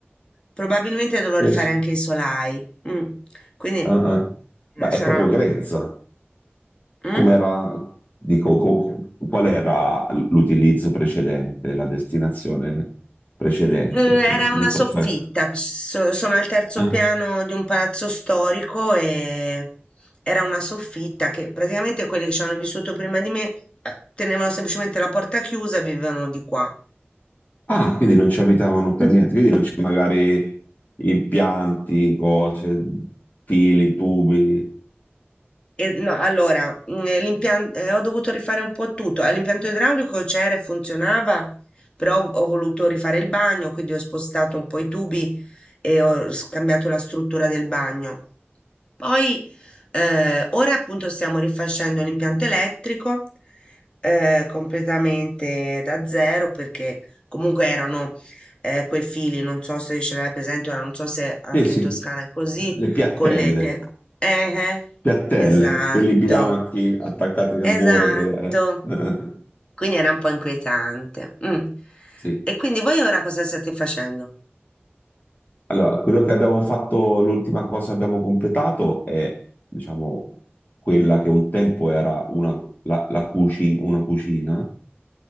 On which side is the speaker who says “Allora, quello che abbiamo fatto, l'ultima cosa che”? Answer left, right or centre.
Left